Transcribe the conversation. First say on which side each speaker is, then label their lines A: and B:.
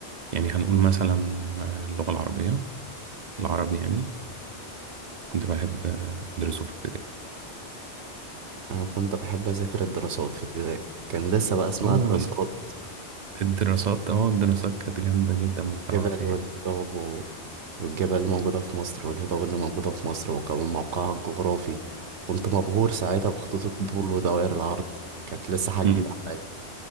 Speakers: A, on the right; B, on the right.
A: يعني هنقول مثلا آه، اللغة العربية العربي يعني كنت بحب آه، أدرسه في ابتدائي
B: انا كنت بحب اذاكر الدراسات في ابتدائي كان لسه بقى اسمها
A: أوه
B: دراسات
A: الدراسات اه الدراسات كانت جامدة جدا بصراحة
B: جبل
A: يعني
B: والجواب والجبال اللي موجودة في مصر والهضاب اللي موجودة في مصر وكمان موقعها الجغرافي كنت مبهور ساعتها بخطوط الطول ودوائر العرض كانت لسه حاجة
A: مم.
B: جديدة عليا